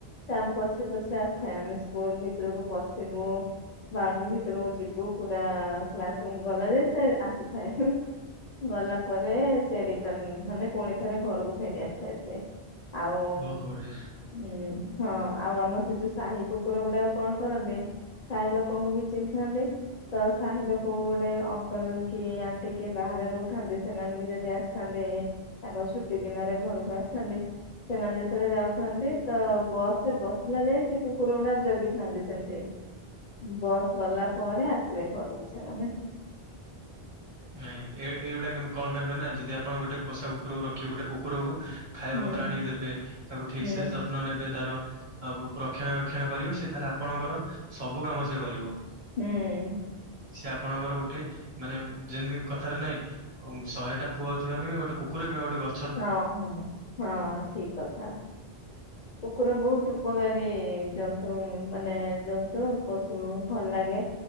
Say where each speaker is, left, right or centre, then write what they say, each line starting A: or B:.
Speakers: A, on the left; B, on the right.
A: ସେ ଆମ ପଛରେ ପଛରେ ଆସିଥାଏ ଆମେ ସ୍କୁଲ ଭିତରକୁ ପଶିବୁ। ବାଉଣ୍ଡ୍ରି ଭିତରକୁ ଯିବୁ ପୁରା କ୍ଲାସ ରୁମ୍ ଗଲାଯାଏ ସେ ଆସୁଥାଏ। ଗଲା ପରେ ସେ ରିଟର୍ଣ ମାନେ ପୁଣି ଥରେ ଘରକୁ ଫେରି ଆସିଥାଏ ସେ। ଆଉ।
B: ବହୁତ ବଢିଆ।
A: ହୁଁ ହଁ ଆଉ ଆମର ସେ ଯୋଉ ସାହି କୁକୁର ଗୁଡାକ କଣ କରନ୍ତି। ସାହି ଲୋକଙ୍କୁ ବି ଚିହିଁ ଥାନ୍ତି। ତ ସାହିର କୋଉ ଗୋଟେ ଅଙ୍କଲ କି ଆଣ୍ଟି କିଏ ବାହାରେ ରହୁଥାନ୍ତି ସେମାନେ ବି ଯଦି ଆସିଥାନ୍ତେ। ତାଙ୍କ ଛୁଟି ଦିନରେ ଘରକୁ ଆସିଥାନ୍ତି ସେମାନେ ଯେତେବେଳେ ଯାଉଥାନ୍ତି ତ ବସ୍ ସେ ବସିଲା ଯାଏଁ ସେ କୁକୁର ଗୁଡା ଜଗିଥାନ୍ତି ସେମିତି। ବସ୍ ଗଲା ପରେ ଆସିବେ ଘରକୁ ସେମାନେ।
B: ନାଇଁ ଏ <unintelligible> କଣ ପାଇଁ ହୁଏ ନା ଯଦି ଆପଣ ଗୋଟେ ପୋଷା କୁକୁରକୁ ରଖିବେ ଗୋଟେ କୁକୁରକୁ। ଖାଇବା
A: ହୁଁ
B: ପତ୍ର ଆଣିକ ଦେବେ ତାକୁ ଠିକ୍
A: ହୁଁ
B: ସେ ଯତ୍ନ ନେବେ ତାର। <unintelligible> ରକ୍ଷଣାବେକ୍ଷଣ କରିବେ ସେ ତାହେଲେ ଆପଣଙ୍କର ସବୁ କାମ ସେ କରିବ।
A: ହୁଁ।
B: ସେ ଆପଣଙ୍କର ଗୋଟେ ମାନେ। ଯେମ୍ତି କଥାରେ ନାହିଁ ଶହେଟା ପୁଅ ଥିବା ଅପେକ୍ଷା ଗୋଟେ କୁକୁର କିମ୍ବା ଗୋଟେ ଗ
A: ହଁ-ହଁ-ହଁ ଠିକ୍ କଥା। କୁକୁର ବହୁତ୍ ଉପକାରୀ ଜନ୍ତୁ ମାନେ ଜନ୍ତୁ ପଶୁ ଭଲ୍ ଲାଗେ।